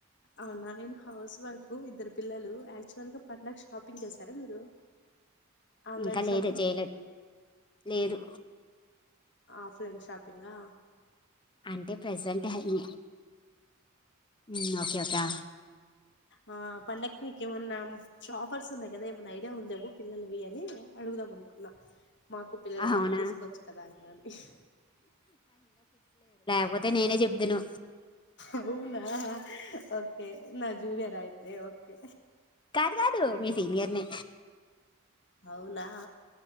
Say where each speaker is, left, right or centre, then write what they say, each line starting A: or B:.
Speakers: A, on the left (about 55°); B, on the left (about 25°).
A: అవునా నేను హౌస్ వైఫ్ ఇద్దరు పిల్లలు అక్ క్చుల్గా పండక్కి షపింగ్ చేస సరే మీరు ఆన్లైన్
B: ఇంకా లేద
A: షాపింగ్
B: చేయలేద్ లేదు
A: ఆఫ్లైన్ షాపింగ్ ఆ
B: అంటే ప్రజెంట్ అయి మ్ ఓకే కా
A: ఆ పండక్కి మీక ఏమన్నా ఆఫర్స్ ఉన్నాయి కదా ఏమైన్నా ఐడియా ఉందేమో పిల్లలవి అని అడుగుదాం అనుకు మాకు పిల్లలు ఉన్నారు
B: అవునా
A: తీసుకోవచ్చు కదా ఆయనని
B: కపోతే నేనే చెప్దును
A: అవునా ఓకే నా జూనియర్ అయితే ఓకే
B: కాదు కాదు
A: నా
B: మీ సీనియర్నే
A: అవునా